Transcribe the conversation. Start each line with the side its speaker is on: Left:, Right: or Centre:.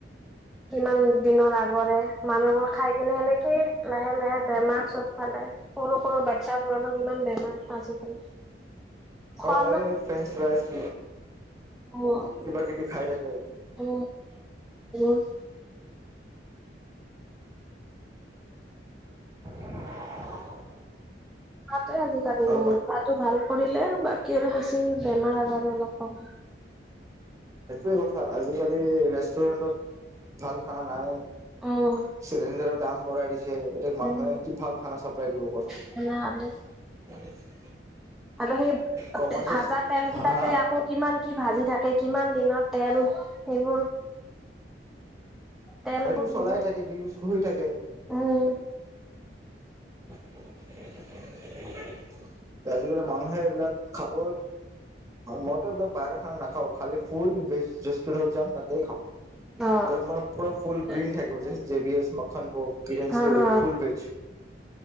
Centre: কিমান দিনৰ আগৰে মানুহবোৰ খাই কিনে সেনেকে লাহে লাহে বেমাৰ চ'ব ফালে। সৰু সৰু বাচ্ছ মোৰনো কিমান বেমাৰ আজিকালি খোৱা
Right: অ' এই ফ্ৰেঞ্চ ফ্ৰাইজ
Centre: আহ
Right: কিবা কিবি খাই থাকে
Centre: উ <unintelligible>
Right: <inaudible>
Centre: ত আজিকালি
Right: আৰু বাকী
Centre: খোৱাটো ভাল কৰিলে বাকীৰে হৈছে বেমাৰ আজাৰ অলপ অ'
Right: সেইটোয়ে কথা আজিকালি ৰেষ্টুৰেন্টত ভাল খানা নাই।
Centre: অ'
Right: চিলিণ্ডাৰৰ দাম বঢ়াই দিছে, এতিয়া মানুহে
Centre: উম,
Right: কি ভাল খানা চাপ্লাই দিব, কোৱাচোন।
Centre: তেনেহলে
Right: <inaudible>
Centre: আৰু সেই
Right: কমাৰ্চেছ
Centre: ভাজা তেল কেইটাতে
Right: হা
Centre: আকৌ কিমান কি ভাজি থাকে কিমান দিনৰ তেল সেইবোৰ- তেলবোৰ
Right: হয়তো চলাই
Centre: বোলো
Right: থাকে সি শুই থাকে
Centre: উম
Right: <unintelligible> আজিকালি মানুহে এইবিলাক খাব মইতো এইবিলাক- বাহিৰ খানা নাখাওঁ খালি ফুল ভেজ ৰেষ্টুৰেণ্টত যাম তাতে খাওঁ
Centre: উম
Right: য'ত মই ফুল গ্ৰীভে
Centre: অ
Right: থাকিব, জে বি এ মন ব
Centre: হা হা
Right: ফুল ভেজ।